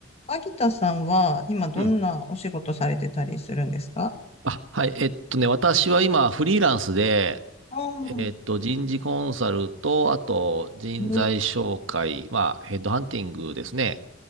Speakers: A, on the left; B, on the right.
A: 秋田さんは今どんなお仕事されてたりするんですか
B: うん。あ、はい。えっとね、私は今、フリーランスで、
A: ああ
B: えっと、人事コンサルと、あと、人材紹介、
A: ー、ね
B: まあ、ヘッドハンティングですね、